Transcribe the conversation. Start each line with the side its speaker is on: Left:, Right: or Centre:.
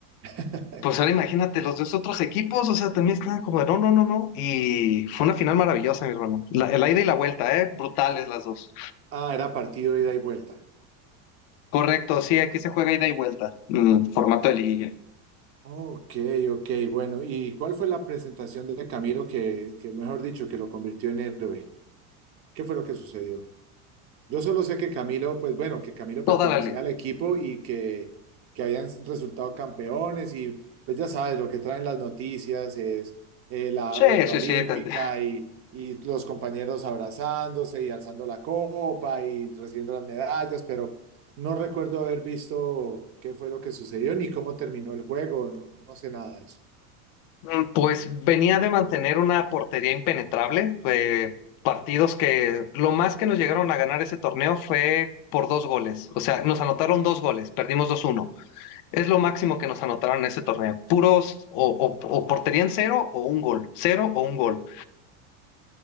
Right: <laughs>
Left: Pues
Right: Qué
Left: ahora
Right: pena.
Left: imagínate, los dos otros equipos, o sea, también estaban como de no, no, no, no. Y fue una final maravillosa, mi hermano. La, la ida y la vuelta, ¿eh? Brutales las dos.
Right: Ah, era partido de ida y vuelta.
Left: Correcto, sí, aquí se juega ida y vuelta. Mm, formato de liguilla.
Right: Ok, ok, bueno. ¿Y cuál fue la presentación de Camilo que, que, mejor dicho, que lo convirtió en héroe? ¿Qué fue lo que sucedió? Yo solo sé que Camilo, pues bueno, que Camilo pertenecía
Left: Toda la liga.
Right: al equipo y que, que habían resultado campeones y pues ya sabes, lo que traen las noticias es eh, la
Left: Sí,
Right: vuelta
Left: sí,
Right: olímpica
Left: sí. tante-
Right: y, y los compañeros abrazándose y alzando la copa y recibiendo las medallas, pero no recuerdo haber visto qué fue lo que sucedió ni cómo terminó el juego, no, no no sé nada de eso.
Left: Mm, Pues venía de mantener una portería impenetrable. eh, partidos que lo más que nos llegaron a ganar ese torneo fue por dos goles. O sea, nos anotaron dos goles, perdimos dos uno. Es lo máximo que nos anotaron en ese torneo. Puros o, o- o portería en cero o un gol. Cero o un gol.